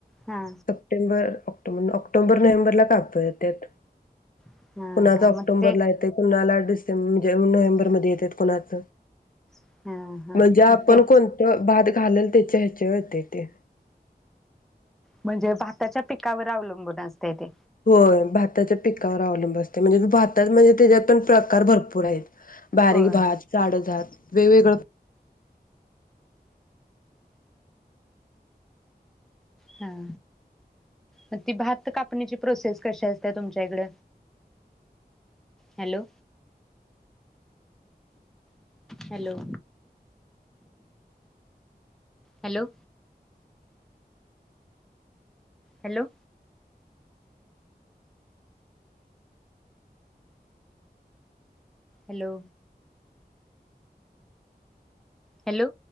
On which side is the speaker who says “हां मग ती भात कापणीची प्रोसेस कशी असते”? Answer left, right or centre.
Centre